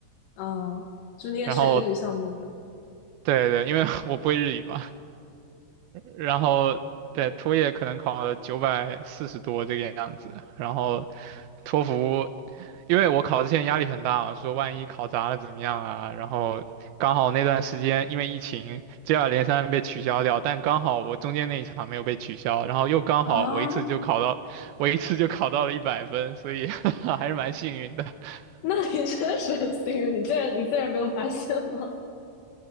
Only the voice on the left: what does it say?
嗯，就你也是英语项目
<laughs> 啊？
那你确实很幸运，你竟然你竟然没有发现吗？